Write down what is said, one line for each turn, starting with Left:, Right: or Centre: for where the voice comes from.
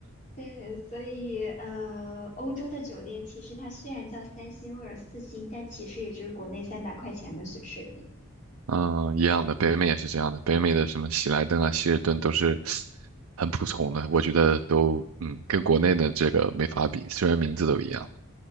Left: 对，所以呃，欧洲的酒店其实它虽然叫三星或者四星，但其实也就是国内三百块钱的水水平。
Right: 嗯，一样的，北美也是这样的。北美的什么喜来登啊、希尔顿都是很普通的，我觉得都嗯跟国内的这个没法比，虽然名字都一样。